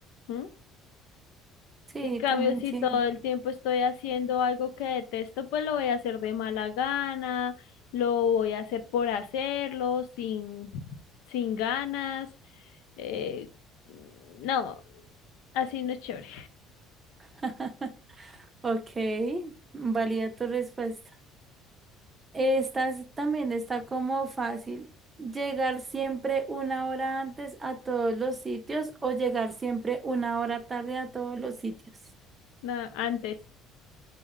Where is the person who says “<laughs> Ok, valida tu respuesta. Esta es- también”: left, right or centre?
Right